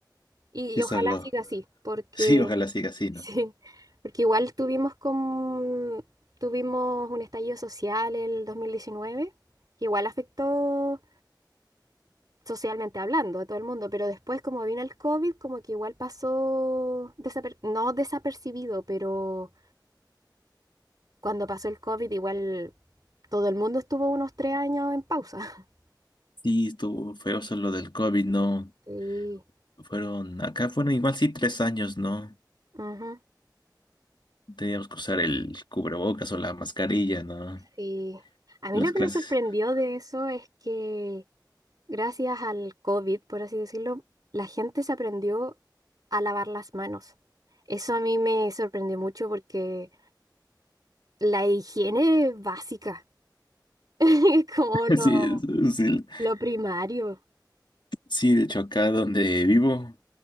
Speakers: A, on the right (about 55°); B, on the left (about 75°).
A: Y, y
B: Sí,
A: ojalá
B: solo.
A: siga
B: <laughs>
A: así, porque
B: Sí, ojalá siga así, ¿no?
A: Sí, porque igual tuvimos con, tuvimos un estallido social el dos mil diecinueve que igual afectó socialmente hablando a todo el mundo, pero después como vino el COVID, como que igual pasó, desaper- no desapercibido, pero cuando pasó el COVID igual todo el mundo estuvo unos tres años en pausa. <laughs>
B: Sí, estuvo feroz lo del COVID, ¿no?
A: Sí,
B: Fueron, acá fueron igual sí tres años, ¿no?
A: ujú,
B: Teníamos que usar el cubrebocas o la mascarilla, ¿no?
A: sí. A mí
B: Las
A: lo que
B: clases.
A: me sorprendió de eso es que gracias al COVID, por así decirlo, la gente se aprendió a lavar las manos. Eso a mí me sorprendió mucho porque la higiene es básica, <laughs> es como
B: <laughs>
A: lo,
B: Sí, sí,
A: lo primario.
B: sí, de hecho acá donde vivo,